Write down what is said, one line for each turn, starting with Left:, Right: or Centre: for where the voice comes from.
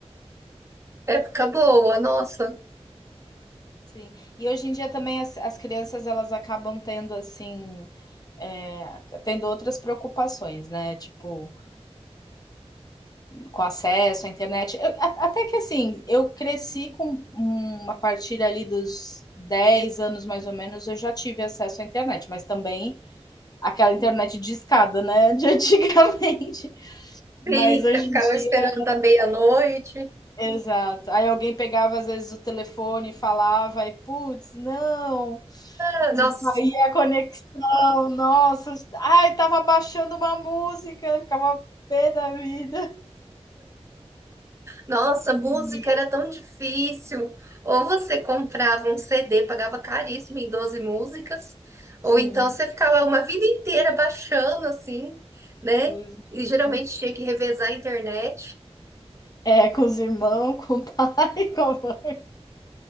Right: Época boa, nossa.
Left: Sim. E hoje em dia também as as crianças elas acabam tendo, assim, eh, tendo outras preocupações, né, tipo, com acesso à internet. Eu a até que assim, eu cresci com um a partir ali dos 10 anos, mais ou menos, eu já tive acesso à internet, mas também aquela internet discada, né, <laughs> de antigamente. Mas
Right: Sim,
Left: hoje
Right: você
Left: em
Right: ficava
Left: dia
Right: esperando da meia-noite.
Left: Exato. Aí alguém pegava às vezes o telefone e falava e putz, não,
Right: Ah,
Left: de
Right: Nossa,
Left: caía a conexão, nossa, ai tava baixando uma música, ficava pé da vida.
Right: nossa, música
Left: E,
Right: era tão difícil. Ou você comprava um CD, pagava caríssimo em 12 músicas,
Left: sim,
Right: ou então você ficava uma vida inteira baixando assim, né?
Left: exato.
Right: E geralmente tinha que revezar a internet.
Left: É, com os irmãos, <laughs> com o pai, <laughs> com a mãe.